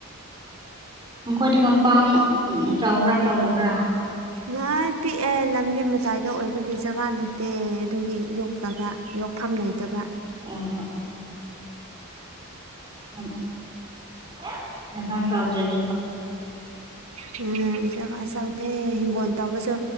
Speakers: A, on the right; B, on the right.
A: ꯃꯈꯣꯏꯗꯤ ꯀꯝꯄꯥꯎꯟꯗ ꯆꯥꯎꯕ꯭ꯔꯥ ꯆꯥꯎꯗꯕ꯭ꯔꯥ
B: ꯑꯗꯨꯃꯥꯏ ꯄꯤꯛꯑꯦ ꯂꯝꯕꯤ ꯃꯇꯥꯏꯗ ꯑꯣꯏꯕꯒꯤ ꯖꯒꯥ ꯂꯩꯇꯦ ꯑꯗꯨꯒꯤ ꯌꯣꯛꯇꯕ ꯌꯣꯛꯐꯝ ꯂꯩꯩꯇꯕ
A: ꯎꯝ <unintelligible> ꯌꯥꯝꯄꯥꯛ ꯆꯥꯎꯗꯔꯗꯤ
B: <unintelligible> ꯎꯝ ꯖꯒꯥ ꯆꯥꯗꯦ ꯍꯤꯡꯒꯣꯜ ꯇꯧꯕꯁꯨ